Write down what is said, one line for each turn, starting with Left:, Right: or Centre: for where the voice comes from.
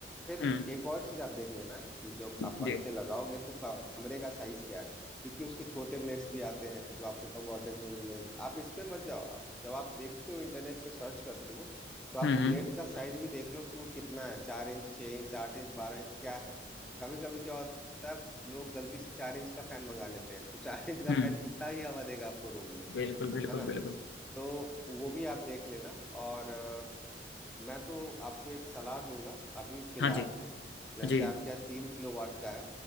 Centre: फिर
Left: हम्म
Centre: एक और चीज आप देख लेना कि जब
Left: जी
Centre: आप पंखे लगाओगे तो कमरे का साइज क्या है क्योंकि उसके छोटे ब्लेड्स भी आते हैं जो आपको कम वॉटेज में मिलेंगे आप इस पे मत जाओ आप जब आप देखते हो इंटरनेट पे सर्च करते हो तो आप
Left: हम्म हम्म
Centre: ब्लेड का साइज भी देख लो कि वो कितना है चार इंच छह इंच आठ इंच बारह इंच क्या है कभी कभी क्या होता पता है लोग गलती से चार इंच का फैन मंगा लेते हैं तो चार इंच का
Left: हम्म
Centre: फैन कितना ही हवा देगा आपको रूम में
Left: बिल्कुल बिल्कुल
Centre: है ना
Left: बिल्कुल
Centre: तो वो भी आप देख लेना और अ, मैं तो आपको एक सलाह दूंगा अभी फिलहाल
Left: हाँ जी
Centre: जैसे
Left: जी
Centre: आपके यहाँ तीन किलो वाट का है